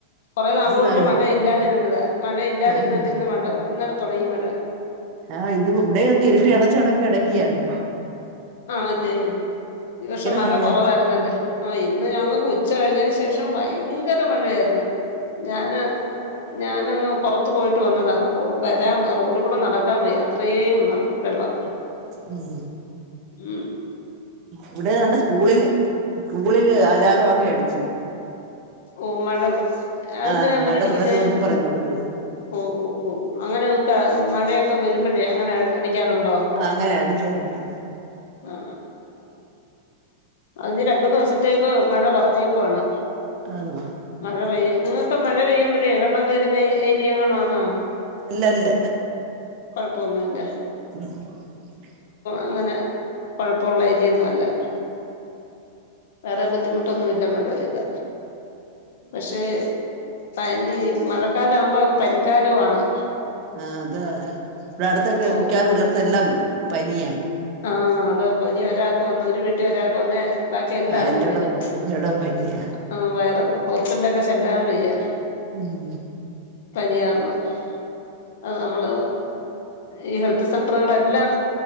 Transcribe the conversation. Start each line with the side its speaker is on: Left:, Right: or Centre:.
Left: കുറെ നാള
Right: അതാണ്
Left: കൊണ്ട് മഴ ഇല്ലാതിരുന്നത് മഴ ഇല്ലാതിരുന്നിട്ട്
Right: ആഹ്
Left: ഇന്ന് മഴ ഇന്നലത്തെ തുടങ്ങി വരാ
Right: ആഹ് ഇത് ഇവിടെ ഒന്ന് ഇരിട്ട് അടച്ചണക്ക ഇടക്കിയാണ്
Left: ആണല്ലേ ഈ വർഷം മഴ
Right: മഴയായിരുന്നു
Left: കൊറവായിരുന്നല്ലേ ആ ഇന്ന് ഞങ്ങൾക്ക് ഉച്ച കഴിഞ്ഞതിന് ശേഷം ഭയങ്കര മഴയായിരുന്നു ഞൻ ഞാനൊന്ന പുറത്തു പോയിട്ട് വന്നതാ വരാൻ റോഡ് കൂടെ നടക്കാൻ വയ അത്രയും വെള്ളം
Right: ഉം
Left: ഉ
Right: ഇവിടെ നണ്ട് സ്കൂളില് സ്കൂളില് അലാറം ഒക്കെ അടിച്ച്
Left: ഓ മത അതെന്തിനാ
Right: ആഹ്
Left: അങ്ങനെ
Right: മഴ
Left: അടിക്കുന്ന
Right: തുടരുമെന്നും പറഞ്ഞോണ്ട്
Left: ഓ ഓ ഓ അങ്ങനെ മഴയ വരുമ്പോഴേ അങ്ങനെ അടിക്കാറുണ്ടോ
Right: ആഹ് അങ്ങനെ അടിക്കാറുണ്ട്
Left: ആ അതിന് രപ ദിവസത്തേക്ക് മഴ പറഞ്ഞേക്കുവയാണ്
Right: ആന്നോ
Left: മഴ പെയ്യ നിങ്ങ ഇപ്പൊ മഴ പെയ്യുമ്പൊഴേ വെള്ളം കേരുന്നെ ഏരിയ എങ്ങാണു ആന്നാ
Right: ഇല്ല ഇല്ല
Left: കൊഴപ്പൊന്നുവില്ല
Right: ഉം <unintelligible>
Left: അങ്ങനെ കൊഴപ്പവുള്ള ഏരിയൊന്നുവല്ല. വേറെ ബുദ്ധിമുട്ടൊന്നുവില്ല മഴപെയ്ത പക്ഷേ പനി മഴക്കാലാവുമ്പോ അങ്ങ് പനിക്കാലവുവാണ്.
Right: ആ അതാ ഇവിടുത്തൊക്കെ
Left: ഇപ്പൊ
Right: മിക്കവാറും ഉള്ളടത്തെല്ലാം പനിയ.
Left: ആ അതാ പനി ഒരാൾക്ക് വന്ന ഒരു വീട്ടി ഒരാൾക്ക് വന്നാ ബാക്കി എല്ലാവർക്കും
Right: ആഹ് എല്ലാടോം
Left: വരും
Right: എല്ലാടോം പനിയാ
Left: ആ വൈറല ഹോസ്പിറ്റലിലൊക്കെ ചെല്ലാൻ വെയ്യാ
Right: ഉം
Left: പനിയാർണം അത് നമ്മള് ഈ ഹെൽത്ത് സെന്ററുകളൾ എല്ലാം